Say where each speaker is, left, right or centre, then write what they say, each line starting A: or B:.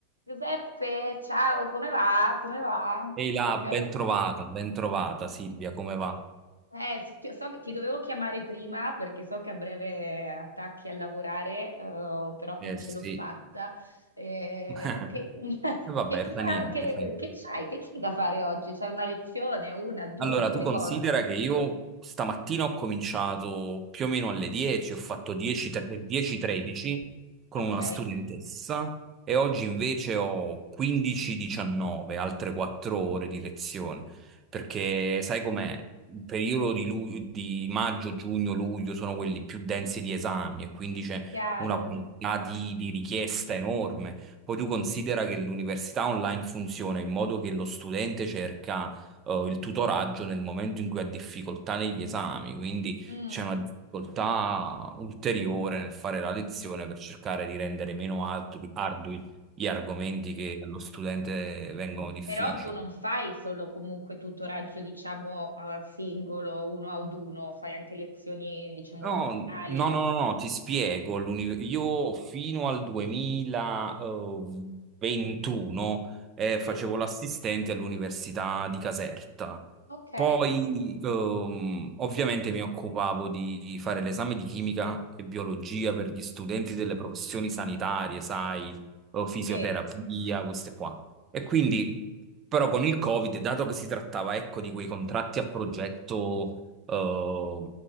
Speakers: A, on the right (about 85°); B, on the right (about 25°).
A: Giuseppe, ciao, come va? Come va?
B: Ehi
A: So
B: là,
A: che
B: ben
A: oggi...
B: trovata, ben trovata Silvia, come va?
A: eh, s- ti- so che ti dovevo chiamare prima perché so che a breve attacchi a lavorare, eh, però
B: Eh
A: non ce
B: sì.
A: l'ho fatta. Eh,
B: <laughs>
A: che, <laughs>
B: E vabbè,
A: che cosa,
B: fa niente,
A: che,
B: fa niente.
A: che c'hai? Che c'hai da fare oggi? C'hai una lezione? Una, due?
B: Allora,
A: Non mi
B: tu
A: ricordo.
B: considera che io stamattina ho cominciato più o meno alle 10, ho fatto 10 tre- 10-13 con
A: Ok,
B: una studentessa e oggi invece ho 15-19, altre 4 ore di lezione, perché sai com'è? Il periodo di, lu- di maggio, giugno, luglio sono quelli più densi di esami e quindi c'è
A: chiaro.
B: una quantità di, di richiesta enorme. Poi tu considera che l'università online funziona in modo che lo studente cerca eh, il tutoraggio nel momento in cui ha difficoltà negli esami, quindi
A: Mm.
B: c'è una difficoltà ulteriore nel fare la lezione per cercare di rendere meno ardu- ardui gli argomenti che allo studente vengono difficili.
A: Però tu non fai solo comunque tutoraggio, diciamo, a singolo, uno ad uno, fai anche lezioni, diciamo,
B: No,
A: corali.
B: no, no, no, no, ti spiego. l'uni-
A: Mm,
B: Io fino al 2021 eh, facevo
A: sì,
B: l'assistente all'università di Caserta.
A: ok,
B: Poi, ehm, ovviamente, mi occupavo di fare l'esame di chimica e biologia per gli studenti delle professioni sanitarie, sai, o fisioterapia,
A: sì.
B: queste qua. E quindi, però, con il Covid, dato che si trattava, ecco, di quei contratti a progetto eh,